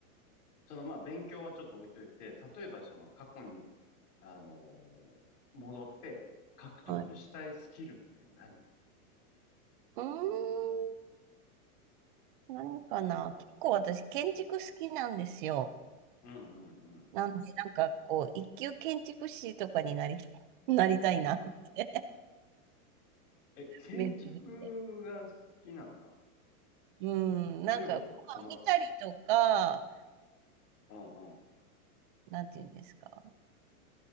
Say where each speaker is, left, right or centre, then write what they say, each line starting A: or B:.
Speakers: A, on the left; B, on the right.
A: そのまあ勉強はちょっと置いといて、例えばその過去に、あのー戻って獲得したいスキルって何
B: はい。うーん、何かな。結構私、建築好きなんですよ。
A: うんうんうん。
B: なんで、なんかこう、一級建築士とかになり、<laughs> なりたいなって、
A: え、建築が好きなんだ。
B: 勉強して。うん、
A: どういうことその、
B: なんか、まあ見たりとか、
A: うんうん、
B: なんていうんですか。